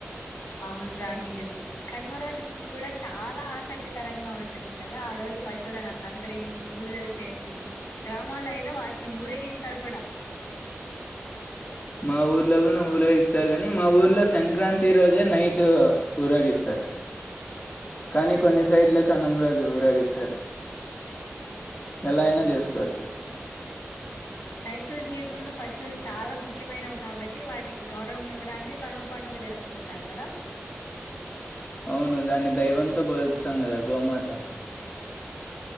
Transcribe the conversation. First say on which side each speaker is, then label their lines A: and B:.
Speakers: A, on the left; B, on the left.
A: అవున్రా నిజమే కనుమ రోజు కూడా చాలా ఆసక్తికర కరంగా ఉంటుంది కదా ఆ రోజు పశువులను అలంకరించి పూజలు చేసి గ్రామాల్లో అయితే వాటిని ఊరేగిస్తారు కూడా
B: మా ఊర్లో కూడా ఊరేగిస్తారు కానీ మా ఊర్లో సంక్రాంతి రోజే నైట్ ఊరేగిస్తారు కానీ కొన్ని
A: అవునా?
B: సైడ్లు కనుమ రోజు ఊరేగిస్తారు ఎలాయినా
A: అవునవును.
B: చేసుకోవచ్చు
A: రైతుల జీవితంలో పశువులు చాలా ముఖ్యమైనవి కాబట్టి వాటికి గౌరవం ఇవ్వడానికి కనువు పండుగ జరుపుకుంటారు కదా
B: అవును దాన్ని దైవంతో పోలుస్తాం కదా గోమాత